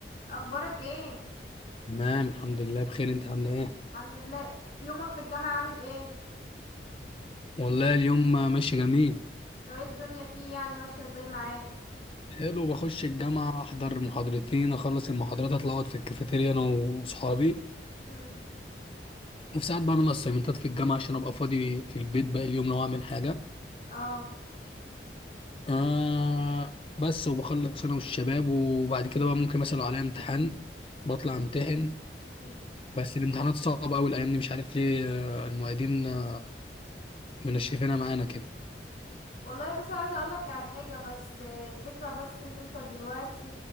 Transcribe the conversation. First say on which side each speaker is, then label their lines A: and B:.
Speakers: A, on the left (about 50°); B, on the left (about 30°).
A: اخبارك ايه
B: تمام الحمد لله بخير انت عامله ايه
A: الحمد لله يومك في الجامعة عامل ايه
B: والله اليوم ماشي جميل
A: وايه الدنيا فيه يعني ماشية ازاي معاه
B: حلو بخش الجامعه احضر محاضرتين اخلص المحاضرات اطلع اقعد في الكافيتيريا انا واصحابي
A: امم
B: وفي ساعات بعمل اسايمنتات في الجامعه عشان ابقى فاضي في البيت باقي اليوم لو اعمل حاجه
A: اه
B: آه بس وبخلص انا والشباب وبعد كده بقى ممكن مثلا لو عليا امتحان بطلع امتحن
A: امم
B: بس الامتحانات صعبه قوي الايام دي مش عارف ليه آه، المعيدين آه، منشفينها معانا كده
A: والله بص عايزة اقولك على حاجة بس آه، الفكرة بس ان انت دلوقتي